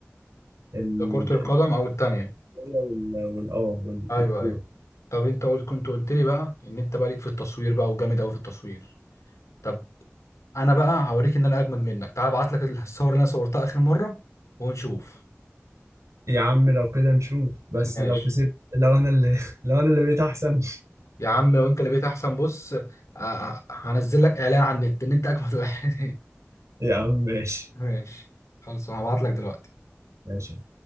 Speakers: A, on the right; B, on the left.
A: ال
B: ده كرة القدم أو التانية
A: وال وال- اه وال-
B: أيوه
A: والكوره
B: أيوه طب أنت قلت كنت قلت لي بقى إن أنت بقى ليك في التصوير بقى وجامد أوي في التصوير طب أنا بقى هوريك إن أنا أجمد منك تعال أبعت لك الصور اللي أنا صورتها آخر مرة ونشوف
A: يا عم لو كده نشوف بس
B: ماشي
A: لو كسبت لو انا اللي <laughs> لو انا اللي بقيت احسن
B: يا عم لو أنت اللي بقيت أحسن بص آه، هنزل لك إعلان على النت إن أنت أجمد واحد
A: يا عم ماشي
B: <laughs> ماشي خلاص هبعت لك دلوقتي
A: ماشي